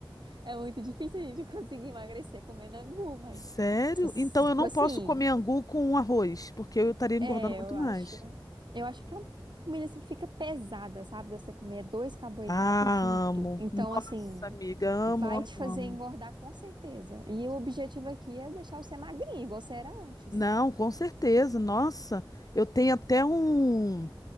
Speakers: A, on the right; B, on the left.
A: É muito difícil a gente <laughs> conseguir emagrecer comendo angu, mas
B: Sério?
A: se-
B: Então eu
A: tipo
B: não
A: assim,
B: posso comer angu com arroz, porque eu estaria engordando
A: é,
B: muito
A: eu
B: mais.
A: acho, eu acho que é uma comida assim que fica pesada, sabe? Você comer dois carboidratos
B: Ah,
A: junto.
B: amo.
A: Então,
B: Nossa,
A: assim,
B: amiga,
A: vai
B: amo, amo,
A: te fazer
B: amo.
A: engordar com certeza. E o objetivo aqui é deixar você magrinho, igual você era antes,
B: Não, com certeza. Nossa, eu tenho até um.